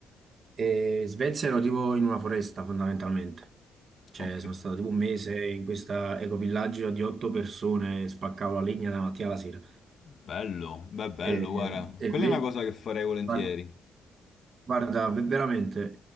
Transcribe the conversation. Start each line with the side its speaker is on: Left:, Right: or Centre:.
Right: E in Svezia ero tipo in una foresta fondamentalmente. Cioè,
Left: Ok.
Right: sono stato tipo un mese in questo ecovillaggio di otto persone, spaccavo la legna dalla mattina alla sera.
Left: Bello. Beh, bello,
Right: E,
Left: guarda.
Right: e
Left: Quella
Right: ve-
Left: è una cosa che farei volentieri.
Right: guarda, guarda, ve- veramente